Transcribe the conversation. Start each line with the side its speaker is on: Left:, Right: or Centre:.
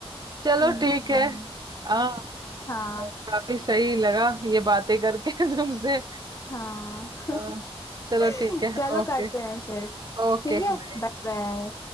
Right: चलो
Left: हम्म,
Right: ठीक है हाँ
Left: हाँ
Right: काफी सही लगा ये बातें करके <laughs> तुमसे
Left: हाँ
Right: अ, चलो
Left: <laughs>
Right: ठीक है
Left: चलो
Right: ओके
Left: करते हैं फिर
Right: Okay
Left: ठीक है
Right: bye
Left: बाय बाय